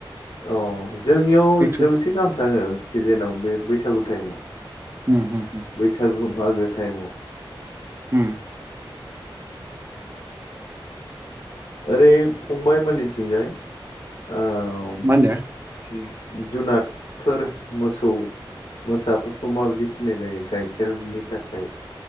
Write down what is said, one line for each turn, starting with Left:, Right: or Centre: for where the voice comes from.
Left: अ जोंनियाव
Right: एक्स'
Left: जौसे गाहाम थाङो। सिजेनाव बे बैसागु टाइमाव
Right: उम उम उम
Left: बैसागु मागो टाइमाव।
Right: होम।
Left: ओरै फंबायाइमोनानिथिंजाय ओम
Right: मा होनदो
Left: बिदि जुनादफोर मोसौ मोसाफोर खौ माबायदि फिनाय जायो? गाइखेरनि थाखाय